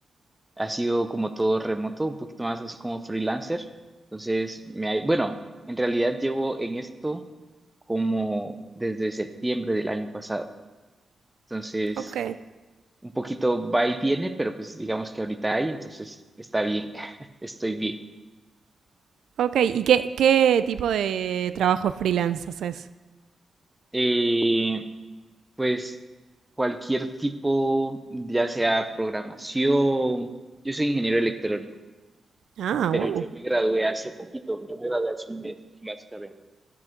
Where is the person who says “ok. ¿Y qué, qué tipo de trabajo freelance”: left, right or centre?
Right